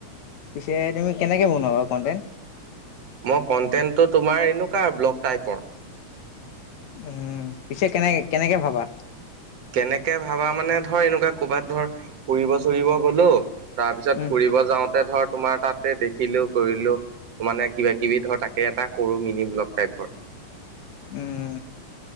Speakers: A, on the left; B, on the right.
A: পিছে তুমি কেনেকে বনোৱা বাৰু কন্টেণ্ট?
B: মই কটেন্টটো তোমাৰ এনেকুৱা ব্লগ টাইপৰ
A: উম, পিছে কেনেকে কেনেকে ভাবা?
B: কেনেকে ভাবা মানে ধৰ এনেকুৱা ক'ৰবাত ধৰ ফুৰিব চুৰিব গ'লো তাৰ পিছত
A: উম,
B: ফুৰিব যাওঁতে ধৰ তোমাৰ তাতে দেখিলো কৰিলো ত মানে কিবা কিবি ধৰ তা একে এটা সৰু মিনি ব্লগ টাইপৰ
A: উম।